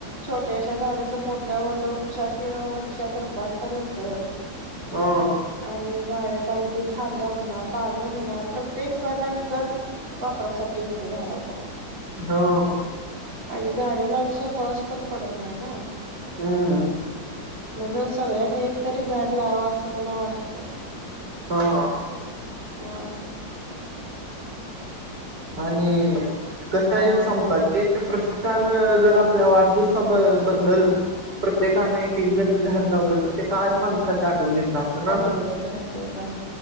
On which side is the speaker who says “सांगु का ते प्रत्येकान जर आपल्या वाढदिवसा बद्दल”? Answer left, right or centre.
Right